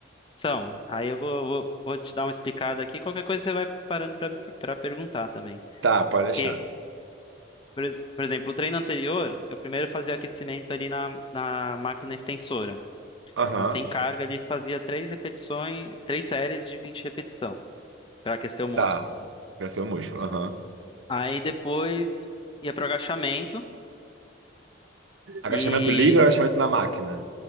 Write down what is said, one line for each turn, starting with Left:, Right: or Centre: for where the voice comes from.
Left: São. Aí eu vou, vou, vou te dar uma explicada aqui. Qualquer coisa você vai parando para para perguntar também.
Right: Tá, pode deixar.
Left: Porque, por, por exemplo, o treino anterior, eu primeiro fazia aquecimento ali na, na máquina extensora.
Right: Aham,
Left: Então, sem carga ali, fazia três repetições, três séries de 20 repetição para aquecer o músculo.
Right: tá. Crescer o músculo, aham.
Left: Aí depois ia para o agachamento
Right: Agachamento
Left: e
Right: livre ou agachamento na máquina?